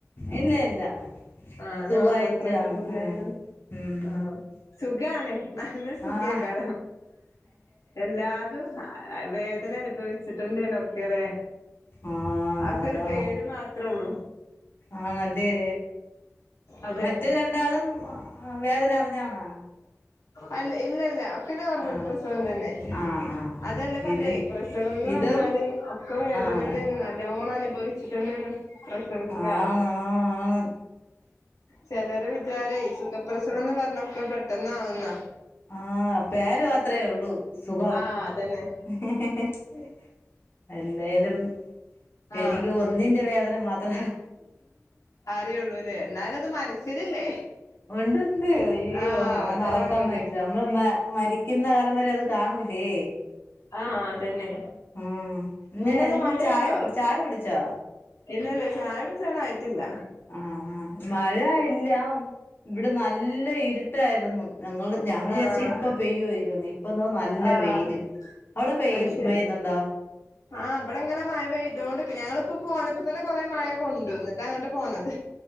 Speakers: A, on the left; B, on the left.
A: ഇല്ല ഇല്ല
B: ആഹ്
A: സുഖായിട്ടാണ്
B: നോർമൽ പ്രസവം തന്നെയിന്.
A: ഉം ഉം
B: ആഹ് സുഖാണ് നല്ല സുഖേക്കാരം
A: ആഹ്
B: എല്ലാ തും വേദന അനുഭവിച്ചിട്ടെന്നെനണ് ഒക്കെലെ
A: ആഹ്
B: അതൊക്കെ
A: അതാ
B: ഒരു പേര് മാത്രൊള്ളൂ.
A: ആണല്ലേ,
B: അതെ
A: മറ്റേ രണ്ടാളും വേദന അറിഞ്ഞാണോ?
B: അല്ല, ഇല്ല, ഇല്ല ഒക്കെ നോർമൽ
A: ആഹ്
B: പ്രസവം തന്നെ
A: ആഹ് ആഹ് ആഹ്
B: അതല്ല പറഞ്ഞേ,
A: ഇത്
B: പ്രസവംന്ന്
A: ഇതും
B: പറഞ്ഞാല് ഒക്കെ വേദനന്നെ
A: ആഹ്
B: ആൻ, നല്ലോണം അനുഭവിച്ച ചിട്ടെന്നെണ് പ്രസവിക്ക
A: ആണ് ആണ്
B: ചിലരെ വിചാരെയ് സുഖപ്രസവന്ന് പറഞ്ഞ ഒക്കെ പെട്ടന്ന് ആവുന്ന
A: ആഹ് പേരു മാത്രേള്ളു സുഖം
B: ആഹ് അതന്നെ
A: ഹി ഹി ഹി എന്തായാലും
B: ആഹ്
A: എനിക്ക് ഒന്നിന്റെ വേദന മാത്ര
B: അറിയുള്ളൂലേ, എന്നാലത് മനസ്സിലില്ലേ?
A: ഉണ്ട്ണ്ട് അയ്യോ
B: ആഹ്
A: അത്
B: അതാ
A: മറക്കാൻ
B: പറഞ്ഞത്
A: പറ്റില്ല, നമ്മള് മ മരിക്കുന്ന കാലം വരെ അത് കാണൂലേ
B: ആഹ് അതന്നെ
A: ഉം ഇന്ന്
B: പിനെന്താ
A: ഇന്ന്
B: മഴയുണ്ടോ?
A: ചായ ചായ കുടിച്ചോ
B: ഇല്ല, ല്ല ചായാകുടിചാനായിട്ടില്ല.
A: ആഹ് ആഹ് മഴ ഇല്ല ഇവിടെ നല്ല ഇരുട്ടായിരുന്നു, നങ്ങളു ഞാൻ വിചാരിച്ച്
B: ആഹ്
A: ഇപ്പ പെയ്യുവാ യിരിക്കൊന്നു ഇപ്പ ധോ നല്ല
B: ആഹ്
A: വെയില്, അവിടെ പെയ്യ
B: അത് ശരി
A: മെയ്യുന്നുണ്ടോ?
B: ആഹ് ഇബടെ ങ്ങനെ മഴ പെയ്തോണ്ട്ക്ക്ണ്, ഞങ്ങിപ്പോ പോന്നപ്പോ തന്നെ കൊറെ മഴ കൊണ്ടു, എന്നിട്ട് അങ്ങിട്ടു പോന്നത്.